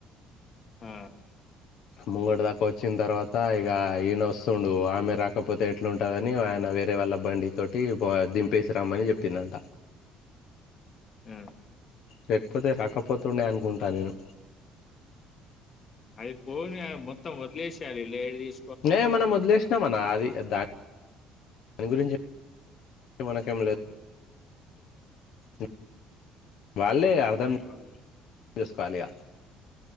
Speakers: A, on the left; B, on the left.
A: ఆ,
B: ముంగోటి దాకా వచ్చిన తర్వాత ఇక ఈయన వస్తుడు ఆమె రాకపోతే ఎట్లాంటదని ఆయన వేరే వాళ్ళ బండి తోటి దింపేసి రమ్మని చెప్పిందంట
A: ఆ.
B: లేకపోతే రాకపోతుండే అనుకుంటా నేను.
A: అది పోనీ అదీ మొత్తం వద్లేసెయాలే ఇలా లైట్ దిస్.
B: ఎహ్ మనం వదిలేసినాం అన్న అది దా దాని గురించి. మనకేం లేదు ఉమ్. వాళ్ళే అర్థం
A: అదే వాళ్ళు
B: చేసుకోవాలియ.